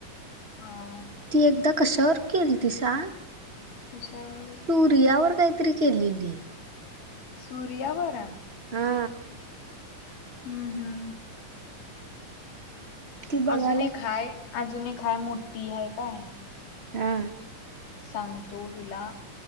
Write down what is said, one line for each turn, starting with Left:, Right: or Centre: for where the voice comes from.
Left: हा
Right: ती एकदा कशावर केली ती सांग
Left: कशावर
Right: सूर्यावर काहीतरी केलेली
Left: सूर्या वर
Right: हा
Left: हम्म हम्म
Right: ती बघायला
Left: अजूनही खाय अजून खाय मोठी आहे काय
Right: हा
Left: सांगतो तुला